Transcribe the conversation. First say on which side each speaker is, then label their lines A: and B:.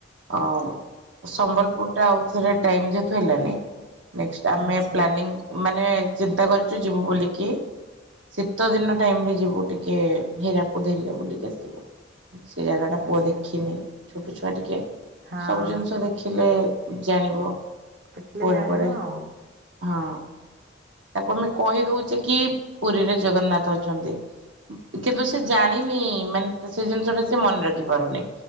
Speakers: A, on the right; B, on the right.
A: ଆଉ ସମ୍ବଲପୁର ଟା ଆଉଥରେ ଟାଇମି ଯେହେତୁ ହେଲାନି ନେକ୍ଟ ଆମେ
B: ଆଚ୍ଛା
A: ପ୍ଲାନିଂ ମାନେ ଚିନ୍ତା କରିଚୁ ଯିବୁ ବୋଲିକି ଶୀତ ଦିନ ଟାଇମି ରେ ଯିବୁ। ଟିକେ ହୀରାକୁଦ ଏରିକା ବୋଲିିକି ଆସିବୁ ସେ ଜାଗା ଟା
B: ଆଚ୍ଛା
A: ପୁଅ ଦେଖିନି। ଛୋଟ ଛୁଆ ଟିକେ
B: ହଁ
A: ସବୁ ଜିନିଷ ଦେଖିଲେ ଜାଣିବ।
B: ଦେଖିଲେ
A: ପରେ
B: ଜାଣିବ
A: ପରେ
B: ଆଉ
A: ହଁ। ତାକୁ ଆମେ କହି ଦଉଚେକି ପୁରୀରେ ଜଗନ୍ନାଥ ଅଛନ୍ତି। କିନ୍ତୁ ସେ ଜାଣିନି ମାନେ ସେ ଜିନିଷ ଟା ସେ ମନେ ରଖି ପାରୁନି।